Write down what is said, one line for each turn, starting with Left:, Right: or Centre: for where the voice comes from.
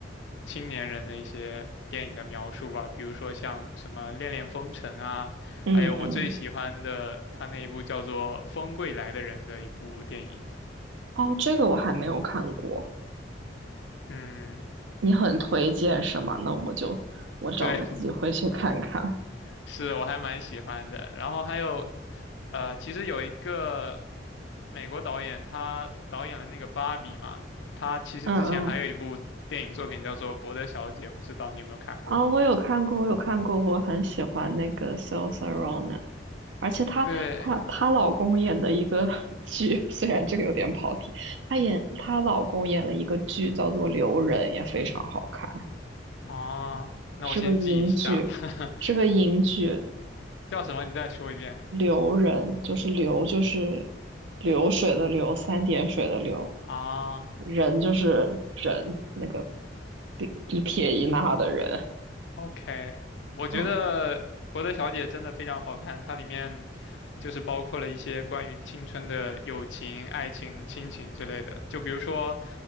Left: 青年人的一些电影的描述吧，比如说像什么《恋恋风尘》啊，
Right: 嗯嗯，
Left: 还有我最喜欢的他那一部叫做《风归来的人》的一部电影。
Right: 哦，这个我还没有看过，
Left: 嗯，
Right: 你很推荐是吗？那我就我找个机会去看看。
Left: 对，<laughs> 是我还蛮喜欢的。然后还有呃，其实有一个美国导演，他导演了那个《芭比》嘛，他其实之前还有一部电影作品叫做《伯德小姐》，
Right: 嗯嗯，
Left: 不知道你有没有看过？
Right: 啊、我有看过，我有看过，我很喜欢那个 s a o i s e r o n a 而且她她她老公演的一个
Left: 对，
Right: <laughs> 剧，虽然这个有点跑题，她演她老公演了一个剧叫做《留人》，也非常好看，
Left: 啊，那我先记一下吧，
Right: 是个英剧，
Left: <laughs>
Right: 是个英剧，
Left: 叫什么？你再说一遍
Right: 《留人》就是流就是流水的流，三点水的流，
Left: 啊。哦
Right: 人就是人，那个一撇一捺的人，
Left: OK，我觉得《伯德小姐》真的非常好看，
Right: 嗯
Left: 它里面就是包括了一些关于青春的友情、爱情、亲情之类的。就比如说，